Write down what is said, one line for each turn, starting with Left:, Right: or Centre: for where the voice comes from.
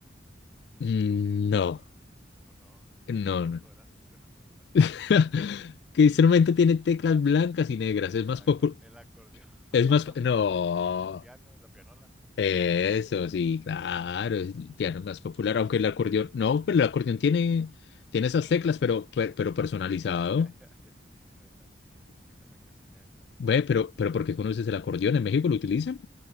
Left: Mm, No,
Centre: ¿Cómo no? Y busca
Left: no,
Centre: una foto,
Left: no.
Centre: verás. Busca una foto, verás.
Left: <laughs> ¿Qué instrumento tiene teclas blancas y negras? Es
Centre: El,
Left: más
Centre: acor-
Left: popu-
Centre: el acordeón. <laughs>
Left: es más, no.
Centre: El piano, la pianola.
Left: Eso, sí, claro, es el piano más popular, aunque el acordeón, no, pero el acordeón tiene, tiene esas
Centre: También
Left: teclas, pero,
Centre: tiene.
Left: per- pero, personalizado.
Centre: También. <laughs> Pero también tiene. tiene La cancinera.
Left: Ve, pero, pero ¿por qué conoces el acordeón? ¿En México lo utilizan?